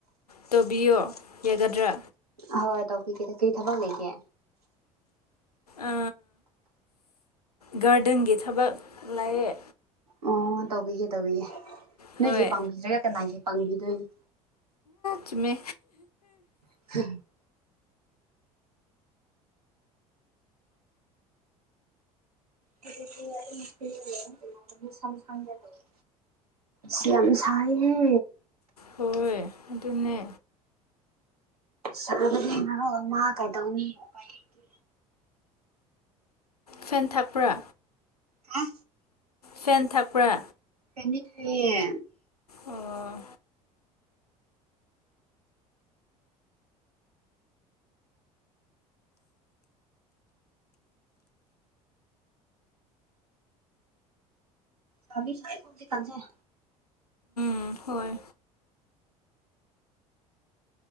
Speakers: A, on the left (about 90°); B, on the right (about 85°).
A: ꯇꯧꯕꯤꯌꯣ ꯌꯥꯒꯗ꯭ꯔꯥ
B: ꯑꯍ‌ꯣꯏ ꯇꯧꯕꯤꯒ‌ꯦꯗ ꯀꯔꯤ ꯊꯕꯛ ꯂꯩꯒꯦ
A: ꯑ ꯒꯥꯔꯗꯦꯟꯒꯤ ꯊꯕꯛ ꯂꯩꯌꯦ
B: ꯑꯣ ꯇꯧꯕꯤꯒꯦ ꯇꯧꯕꯤꯒꯦ ꯅꯣꯏꯒꯤ
A: ꯍꯣꯏ
B: ꯄꯥꯡꯕꯤꯗ꯭ꯔꯒ ꯀꯅꯥꯒꯤ ꯄꯥꯡꯕꯤꯗꯣꯏꯅꯣ
A: ꯆꯨꯝꯃꯦ
B: <unintelligible> ꯍꯧꯖꯤꯛꯇꯤ ꯑꯗꯨꯝ ꯐ꯭ꯔꯤꯗ ꯂꯩꯌꯦ <unintelligible> ꯁꯝ ꯁꯡꯒ‌‌ꯦ ꯇꯧꯋ‌ꯦ ꯁ꯭ꯌꯥꯝ ꯁꯥꯏꯍꯦ
A: ꯍꯣꯏ ꯑꯗꯨꯅꯦ
B: ꯁꯥꯕꯒꯤ ꯃꯔꯣꯟ ꯑꯃ ꯀꯩꯗꯧꯅꯤ ꯎꯄꯥꯏ ꯂꯩꯇꯦ
A: ꯐꯦꯟ ꯊꯥꯛꯄ꯭ꯔꯥ
B: ꯍꯥ
A: ꯐꯦꯟ ꯊꯛꯄ꯭ꯔꯥ
B: ꯐ‌ꯦꯟꯗꯤ ꯊꯥꯏꯌ‌ꯦ
A: ꯑꯣ
B: ꯁꯥꯕꯤ ꯁꯥꯏꯀ‌ꯣ ꯍꯧꯖꯤꯛꯀꯥꯟꯁꯦ
A: ꯎꯝ ꯍꯣꯏ